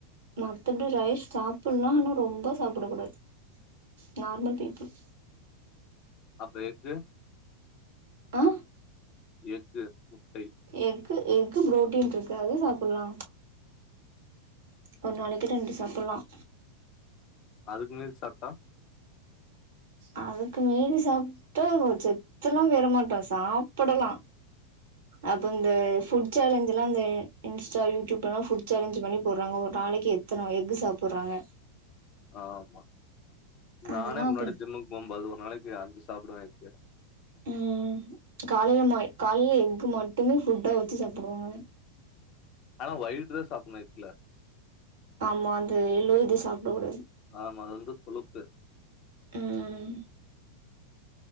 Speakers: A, on the right; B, on the left.
A: மத்தபடி ரைஸ் சாப்பிடலாம் ஆனா ரொம்ப சாப்பிடக்க கூடாது நார்மல் பீப்புிள்
B: அப்ப எக்கு,
A: ஆஹ
B: எக்கு முட்டை
A: எக்கு எக்கு புரோட்டீன் இருக்கு அதே சாப்பிடலாம் ஒரு நாளைக்கு ரெண்டு
B: ம்.
A: சாப்பிடலாம்
B: அதுக்கு மீறி சாப்பிட்டா
A: அதுக்கு மெல சாப்பிட்டா செத்தலாம் வறமாட்டோம் சாப்பிடலாம் அப்ப இந்த புட் சேலஞ்ச் எல்லாம் இந்த இன்ஸ்டா யூடியூப்லாம் புட் சேஞ்ச் பண்ணி போடுறாங்க ஒரு நாளைக்கு எத்தனம் எக்கு சாப்பிடுறாங்க
B: ஆ ஆமா நானே
A: அதெல்லா
B: முன்னாடி
A: அப்ப
B: ஜிம்க்கு போகும் போது நாளைக்கு அஞ்சு சாப்படுவவே
A: உஹம் காலையில காலையில எக்கு மட்டுமே புஃபுட்டா வச்சு சாப்பிடுவாங்க
B: ஆனா ஒயிட் ட்ரெஸ் சாப்பிடலாம்
A: ஆமா அது எல்லோ இது சாப்பிட கூடாது
B: ஆமா அது வந்து கொழுப்பு
A: ஆஹ்